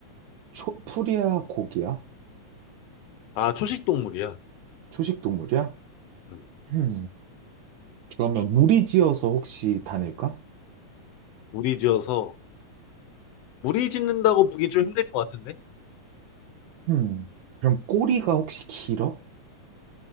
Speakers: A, on the right; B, on the left.
A: 초, 풀이야, 고기야?
B: 아, 초식 동물이야.
A: 초식 동물이야?
B: 음,
A: 음, 그러면 무리지어서 혹시 다닐까?
B: 무리 지어서. 무리 짓는다고 보기 좀 힘들 것 같은데?
A: 음, 그럼 꼬리가 혹시 길어?